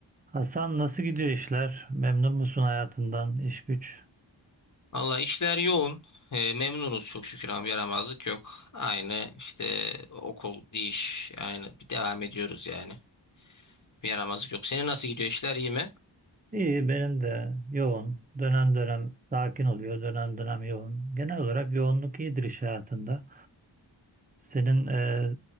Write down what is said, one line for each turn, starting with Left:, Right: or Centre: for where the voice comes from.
Right: Hasan nasıl gidiyor işler? Memnun musun hayatından, iş güç?
Left: Valla işler yoğun. E, memnunuz çok şükür ama yaramazlık yok. Aynı işte okul, iş, aynı bir devam ediyoruz yani. Bir yaramazlık yok. Senin nasıl gidiyor işler iyi mi?
Right: İyi, benim de yoğun. Dönem dönem sakin oluyor, dönem dönem yoğun. Genel olarak yoğunluk iyidir iş hayatında. Senin e,